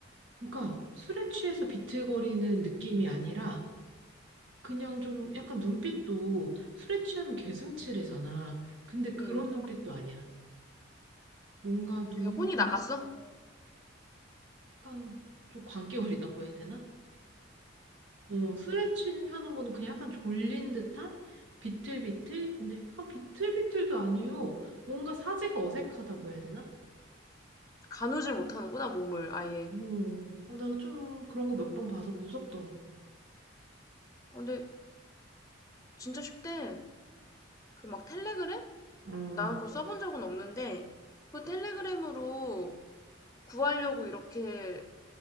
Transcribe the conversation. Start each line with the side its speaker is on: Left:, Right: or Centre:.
Right: 그러니까 술에 취해서 비틀거리는 느낌이 아니라 그냥 좀 약간 눈빛도 술에 취하면 개슴츠레잖아. 근데 그런
Left: 응.
Right: 눈빛도 아니야. 뭔가 눈은
Left: 그냥 혼이 나갔어?
Right: 약간 좀 광기어리다고 해야 되나? 어, 술에 취하는 거는 그냥 약간 졸린 듯한? 비틀비틀? 근데 약간 비틀비틀도 아니요. 뭔가 사지가 어색하다고 해야 되나?
Left: 가누질 못하는구나, 몸을 아예.
Right: 음, 어, 나 좀 그런 거 몇 번 봐서 무섭더라고.
Left: 어, 근데 진짜 쉽대. 그 막 텔레그램?
Right: 어,
Left: 나는 그거 써본 적은 없는데 그 텔레그램으로 구하려고 이렇게